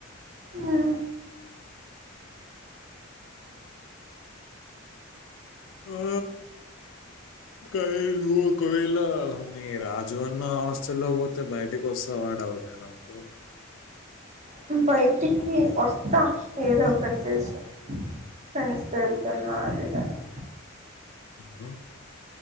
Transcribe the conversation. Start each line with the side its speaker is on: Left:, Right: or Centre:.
Right: హ్మ్
Left: ఆ కై ర <unintelligible> ఒకవేళ నీ రాజువన్నవస్ చల్లోపోతే బయటిక్ కోసం అడ ఒకటే నాకు <unintelligible>
Right: హ్మ్ బయటికి వస్తా ఏదో ఒకటి చేసి ఫ్రెండ్స్ తో వెళ్తున్నా అది ఇది అని
Left: హు